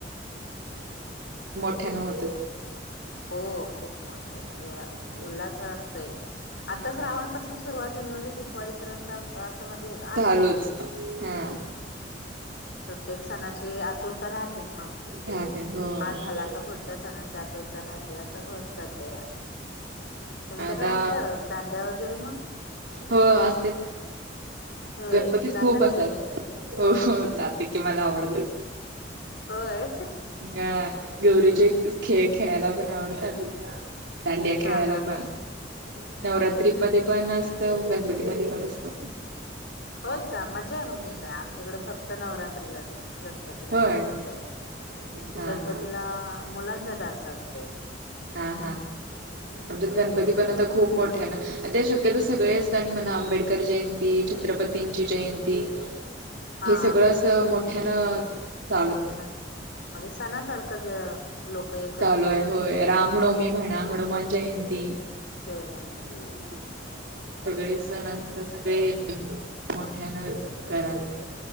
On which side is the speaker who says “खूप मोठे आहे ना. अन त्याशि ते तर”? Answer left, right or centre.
Right